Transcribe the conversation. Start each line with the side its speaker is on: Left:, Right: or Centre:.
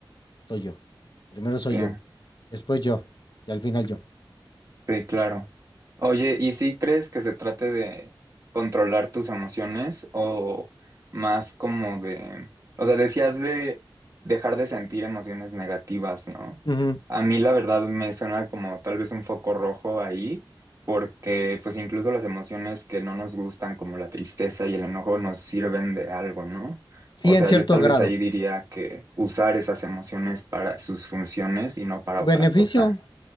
Left: Estoy yo. Primero
Right: sí.
Left: soy yo, después yo y al final yo.
Right: Sí, claro. Oye, ¿y si crees que se trate de controlar tus emociones o más como de, o sea, decías de dejar de sentir emociones negativas, ¿no?
Left: Ujú.
Right: A mí la verdad me suena como tal vez un foco rojo ahí, porque pues incluso las emociones que no nos gustan, como la tristeza y el enojo, nos sirven de algo, ¿no?
Left: Sí,
Right: O sea,
Left: en cierto
Right: yo tal
Left: grado.
Right: vez ahí diría que usar esas emociones para sus funciones y no para
Left: Tu
Right: otra
Left: beneficio.
Right: cosa.